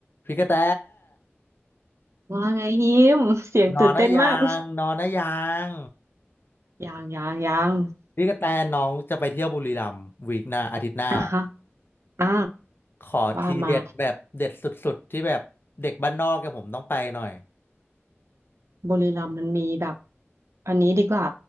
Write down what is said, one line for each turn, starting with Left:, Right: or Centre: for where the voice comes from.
Left: พี่กระแต
Right: ว่าไงฮิมเสียงตื่นเต้นมาก
Left: นอนนะยังนอนนะยัง
Right: ยังยังยัง
Left: พี่กระแตน้องจะไปเที่ยวบุรีรัมย์วีคหน้าอาทิตย์หน้า
Right: อ่ะฮะอ่า
Left: ขอทีเด็ดแบบเด็ดสุดๆที่แบบเด็กบ้านนอกกับผมต้องไปหน่อย
Right: ว่ามาบุรีรัมย์มันมีแบบอันนี้ดีกว่า